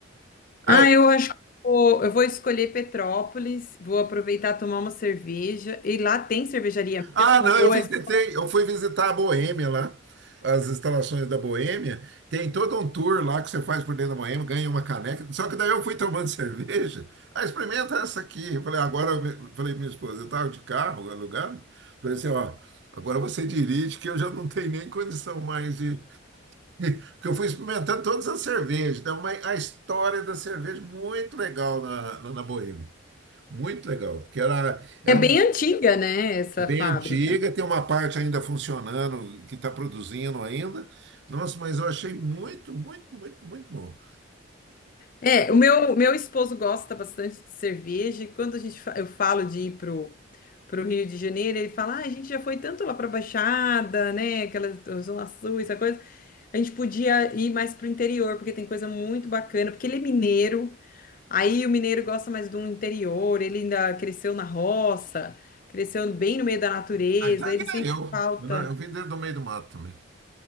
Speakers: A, on the right (about 55°); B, on the left (about 40°).
A: Ah,
B: Ah, eu acho que eu vou, eu vou escolher Petrópolis, vou aproveitar tomar uma cerveja. E lá tem cervejaria
A: Ah,
B: mesmo?
A: não,
B: Ou
A: eu visitei,
B: é, só-
A: eu fui visitar a Boêmia lá, as instalações da Boêmia. Tem todo um tour lá que você faz por dentro da Boêmia, ganha uma caneca. Só que daí eu fui tomando <laughs> cerveja. Ah, experimenta essa aqui. Eu falei, agora, eu me- falei pra minha esposa, eu estava de carro alugado. Falei assim, ó, agora você dirige que eu já não tenho nem condição mais de. <laughs> Porque eu fui experimentando todas as cervejas. Então, uma- a história da cerveja, muito legal na, na, na Boêmia. Muito legal, porque era, era
B: é bem
A: um
B: antiga, né, essa
A: é bem
B: fábrica?
A: antiga, tem uma parte ainda funcionando, que está produzindo ainda. Nossa, mas eu achei muito, muito, muito, muito bom.
B: É, o meu, meu esposo gosta bastante de cerveja e quando a gente, fa- eu falo de ir pro, pro Rio de Janeiro, ele fala, ah, a gente já foi tanto lá pra Baixada, né, aquela Zona Sul, essa coisa, a gente podia ir mais pro interior, porque tem coisa muito bacana, porque ele é mineiro, aí o mineiro gosta mais do interior, ele ainda cresceu na roça, cresceu bem no meio da natureza,
A: Ah, então é
B: ele
A: que
B: sente
A: nem eu.
B: falta,
A: Eu, não- eu vim dentro do meio do mato também.